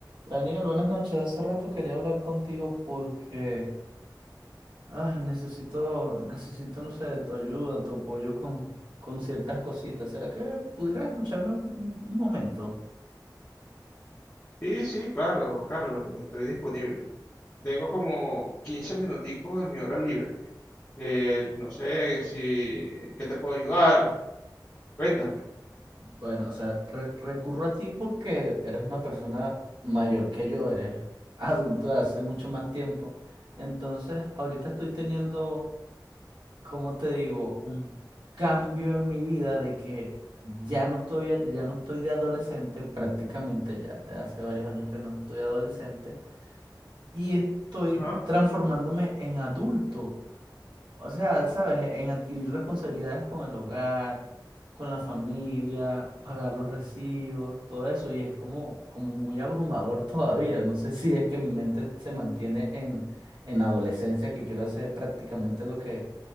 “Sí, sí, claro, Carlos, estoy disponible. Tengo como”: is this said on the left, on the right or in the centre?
Left